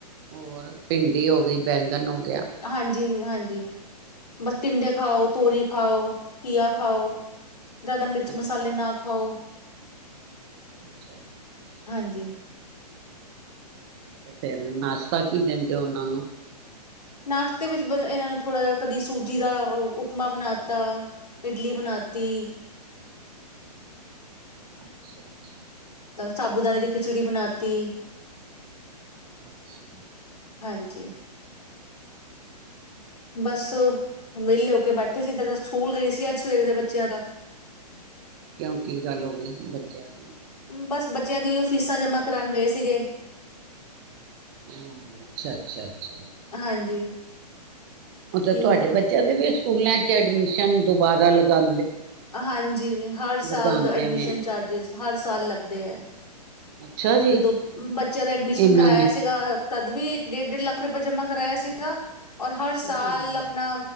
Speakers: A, on the right; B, on the left.
A: ਹੋਰ ਭਿੰਡੀ ਹੋ ਗਈ ਬੈਂਗਨ ਹੋ ਗ
B: ਹਾਂਜੀ ਹਾਂਜੀ ਬਸ ਟਿੰਡੇ ਖਾਓ ਤੋਰੀ ਖਾਓ ਘੀਆ ਖਾਓ ਜ਼ਿਆਦਾ ਮਿਰਚ ਮਸਾਲੇ
A: ਅੱਛਾ
B: ਨਾ ਖਾਓ
A: ਅੱਛਾ
B: ਹਾਂਜੀ।
A: ਤੇ ਫੇਿਰ ਨਾਸ਼ਤਾ ਕੀ ਦਿੰਦੇ ਓ ਓਹਨਾਂ ਨੂੰ
B: ਨਾਸ਼ਤੇ ਵਿੱਚ ਬ ਇਹਨਾਂ ਨੂੰ ਥੋੜ੍ਹਾ ਜਿਹਾ ਕਦੀ ਸੂਜੀ ਦਾ ਉਪਮਾ ਬਣਾ ਤਾ ਇਡਲੀ ਬਣਾ ਤੀ
A: ਅੱਛਾ ਅੱਛਾ
B: ਸਾਬੂਦਾਣੇ ਦੀ ਖਿਚੜੀ ਬਣਾਤੀ
A: ਅੱਛਾ
B: ਹਾਂਜੀ ਬਸ ਵਿਹਲੇ ਹੋ ਕੇ ਬੈਠੇ ਸੀ ਜਿੱਦਾਂ ਸਕੂਲ ਗਈ ਸੀ ਅੱਜ ਸਵੇਰੇ ਦੇ ਬੱਚਿਆਂ ਦਾ
A: ਕਿਉਂ ਕੀ ਗੱਲ ਹੋ ਗਈ ਬੱਚਿਆਂ ਦੀ
B: ਬਸ ਬੱਚਿਆਂ ਦੀ ਓਹ ਫੀਸਾਂ ਜਮਾ ਕਰਾਉਣ ਗਏ ਸੀਗੇ
A: ਅੱਛਾ ਅੱਛਾ ਅੱਛਾ
B: ਹਾਂਜੀ
A: ਓਹ ਤਾਂ
B: ਕਿ
A: ਤੁਹਾਡੇ
B: ਉਹਨੂੰ
A: ਬੱਚਿਆਂ ਦੇ ਵੀ ਸਕੂਲਾਂ 'ਚ ਐਡਮਿਸ਼ਨ ਦੁਬਾਰਾ ਲਗਾਉਂ
B: ਹਾਂਜੀ ਹਰ ਸਾਲ
A: ਲਗਾਉਂਦੇ
B: ਦਾ ਐਡਮਿਸ਼ਨ
A: ਨੇ
B: ਚਾਰਜਿਸ ਹਰ ਸਾਲ ਲੱਗਦੇ ਹੈ
A: ਅੱਛਾ ਜੀ
B: ਜਦੋਂ ਬੱਚਿਆਂ ਦਾ ਐਡਮਿਸ਼ਨ
A: ਇਹਨਾਂ
B: ਕਰਾਇਆ
A: ਨੇ
B: ਸੀਗਾ ਤਦ ਵੀ ਡੇਢ ਡੇਢ ਲੱਖ ਰੁਪਇ ਜਮ੍ਹਾਂ ਕਰਾਇਆ ਸੀਗਾ ਔਰ ਹਰ
A: ਹੋਏ
B: ਸਾਲ
A: ਹੋਏ
B: ਅਪਨਾ